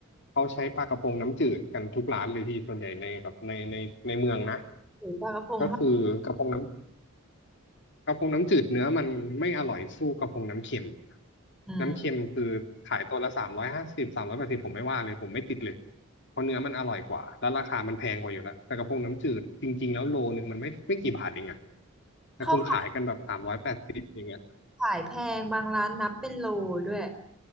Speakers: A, on the left; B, in the centre.
A: เขาใช้ปลากระพงน้ำจืดกันทุกร้านเลยพี่ส่วนใหญ่ในแบบในในในเมืองนะ
B: ถือปลากระพงเข้า
A: ก็คือกระพงน้ กระพงน้ำจืดเนื้อมันไม่อร่อยสู้กระพงน้ำเค็ม
B: อืม
A: น้ำเค็มคือขายตัวละสามร้อยห้าสิบสามร้อยแปดสิบผมไม่ว่าเลยผมไม่ติดเลยเพราะเนื้อมันอร่อยกว่าแล้วราคามันแพงกว่าอยู่แล้วแต่กระพงน้ำจืดจริงๆแล้วโลนึงมันไม่ไม่กี่บาทเองอะแต่คุณขายกันแบบสามร้อยแปดสิบอย่างเงี้ย
B: เขาขายขายแพงบางร้านนับเป็นโลด้วย